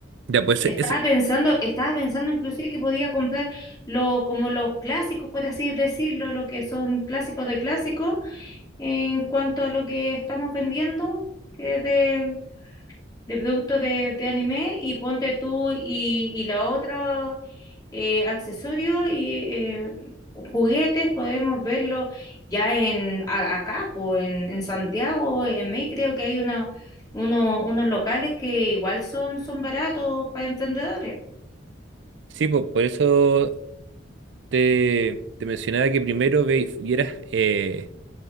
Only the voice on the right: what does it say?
Ya, pues
ese-
sí, pues, por eso te, te mencionaba que primero ve, vieras. eh,